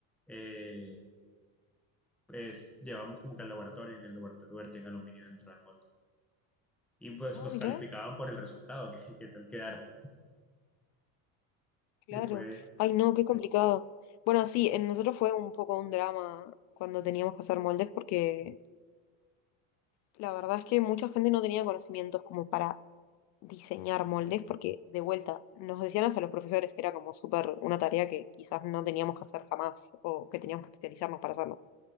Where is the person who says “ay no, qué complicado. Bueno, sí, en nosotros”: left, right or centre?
Left